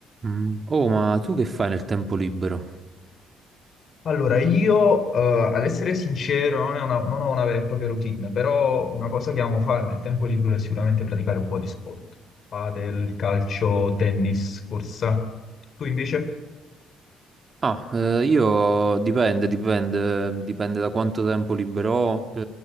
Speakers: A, on the right; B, on the left.
A: Mm. Oh, ma tu che fai nel tempo libero?
B: Allora, io, eh, ad essere sincero, non, è una- non ho una vera e propria routine, però una cosa che amo fare nel tempo libero è sicuramente praticare un po' di sport. Padel, calcio, tennis, corsa. Tu invece?
A: Ah, eh, io dipende, dipende, dipende da quanto tempo libero ho. eh,